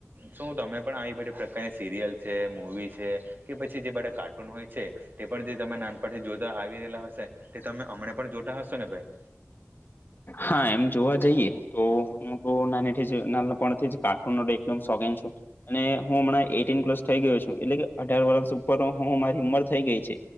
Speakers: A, on the right; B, on the left.
A: શું તમે પણ આવી બધી પ્રકારની સિરિયલ છે મવી છે કે પછી જે બધા કાર્ટૂન હોય છે તે પણ જે તમે નાનપણથી જોતા આવી રહેલા હશે તે તમે અમને પણ જોતા હશો ને ભાઈ?
B: હા એમ જોવા જઈએ તો હું તો નાની થી જ નાનાપણથી જ કાર્ટુન એકદમ સોખીન છું. અને હું હમણાં એટી પ્લસ થઇ ગયો છું એટલે કે અઢાર વર્ષ ઉપર હું મારી ઉંમર થઇ ગઈ છે